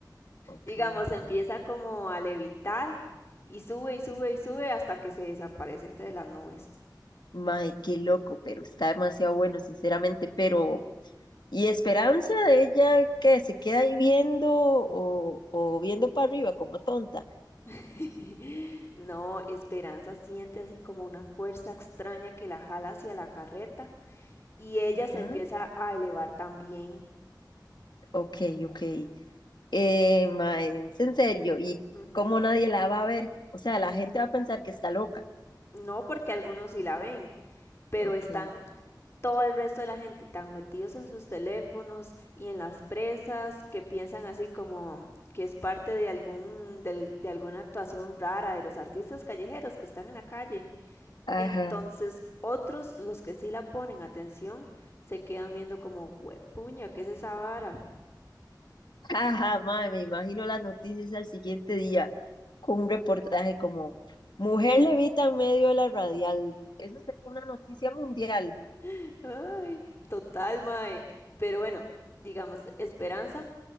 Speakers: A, on the left; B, on the left.
A: ok.
B: Digamos, empieza como a levitar y sube y sube y sube hasta que se desaparece entre las nubes.
A: Mae, qué loco, pero está demasiado bueno, sinceramente. Pero, ¿y esperanza de ella qué se queda ahí viendo o, o viendo para arriba como tonta?
B: <laughs> No, Esperanza siente así como una fuerza extraña que la jala hacia la carreta y ella
A: Ajá,
B: se empieza a elevar también.
A: ok, ok. Eh, mae, es en serio, ¿y
B: Ujú.
A: cómo nadie la va a ver? O sea, la gente va a pensar que está loca.
B: No porque algunos sí la ven, pero
A: Ok,
B: están todo el resto de la gente tan metidos en sus teléfonos y en las presas que piensan así como que es parte de algún del- de alguna actuación rara de los artistas callejeros que están en la calle.
A: ajá.
B: Entonces, otros, los que sí la ponen atención, se quedan viendo como, puña, ¿qué es esa vara?
A: Ajá, mae, me imagino las noticias al siguiente día con un reportaje como Mujer levita en medio de la radial. Eso sería una noticia mundial.
B: <laughs> Ay, total, mae. Pero bueno, digamos, Esperanza